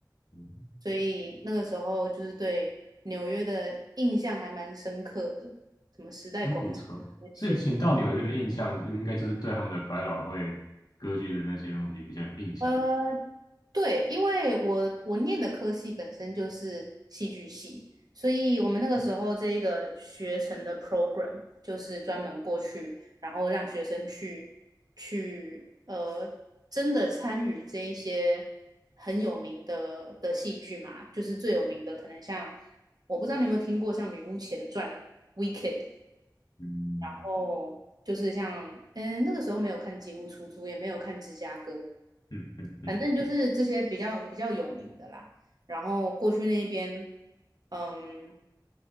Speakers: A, on the left; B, on the right.
A: 嗯，
B: 所以那个时候就是对纽约的印象还蛮深刻的，什么时代广场那些的。
A: 真不错。所以请到纽约的印象，就应该就是对他们的百老汇歌剧的那些东西比较有印象。
B: 呃，对，因为我我念的科系本身就是戏剧系，所以我们那个时候这个学程的 program 就是专门过去，然后让学生去去呃真的参与这一些很有名的的戏剧嘛，就是最有名的可能像我不知道你有没有听过像《女巫前传》《Wicked》，
A: 嗯
B: 然后就是像嗯那个时候没有看《吉屋出租》，也没有看《芝加哥》，
A: 嗯嗯嗯，
B: 反正就是这些比较比较有名的啦。然后过去那边，嗯，